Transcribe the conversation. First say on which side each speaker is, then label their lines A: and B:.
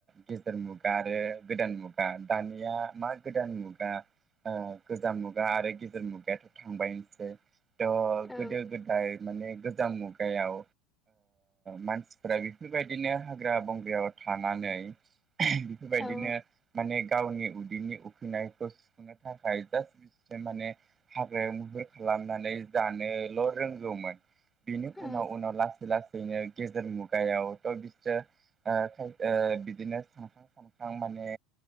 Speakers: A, on the right; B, in the centre.
A: गेजेर मुगा मुगा आरो गोदान मुगा दानिया मा गोदान मुगा गोजाम मुगा आरो गेजेर मुगायाथ' थांबायनोसै। थ'
B: औ
A: गोदो गोदाय माने गोजां मुगायाव मानसिफोरा बेफोरबायदिनो हाग्रा बंगायाव थानानै बेफोरबायदिनो
B: औ
A: माने गावनि उदैनि उखैनायखौ सुख'नो थाखाय जास्ट बि माने हाग्रायाव मुहुर खालामनाय। जानोल' रोंगौमोन बिनि
B: औ
A: उनाव उनाव लासै लासैनो गेजेर मुगायाव थ' बिसोरो ओ बिदिनो सानखां सानखां माने